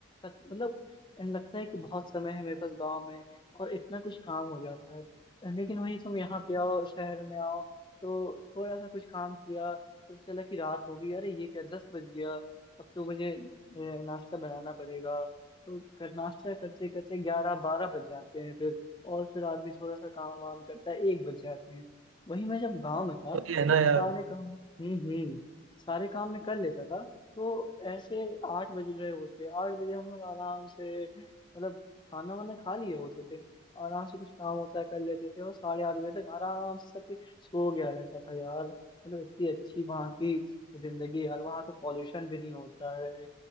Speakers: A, on the left (about 25°); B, on the right (about 80°).
A: सच- मतलब लगता है कि बहुत समय है मेरे पास गांव में और इतना कुछ काम हो जाता है लेकिन वही तुम यहाँ पे आओ शहर में आओ तो थोड़ा सा कुछ काम किया पता चला कि रात हो गई अरे ये क्या दस बज गया अब तो मुझे ए, नाश्ता बनाना पड़ेगा तो कर, नाश्ता करते करते ग्यारह बारह बज जाते हैं फिर और फिर आदमी थोड़ा सा काम वाम करता है एक बज जाते हैं वही मैं जब गांव में था
B: तो ये है ना यार
A: सारे काम हम्म हम्म सारे काम मैं कर लेता था तो ऐसे आठ बज रहे होते आठ बजे हम लोग आराम से मतलब खाना वाना खा लिए होते थे आराम से कुछ काम होता है कर लेते थे और साढ़े आठ बजे तक आराम से सब कुछ सो गया रहता था यार मतलब इतनी अच्छी वहाँ की जिंदगी यार वहाँ तो पॉल्यूशन भी नहीं होता है